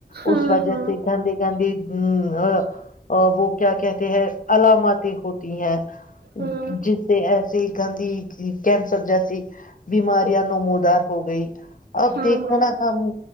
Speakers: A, on the right (about 75°); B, on the left (about 55°).
A: ہاں
B: اس وجہ
A: ہاں
B: سے گندے گندے ہوں ہاں وہ کیا کہتے ہیں علاماتیں ہوتی ہیں
A: ہاں
B: جس سے ایسے گاندی کی کیسر جیسی بیماریاں نموودار ہو گئی اب
A: ہاں
B: دیکھو
A: ہاں
B: نا ہم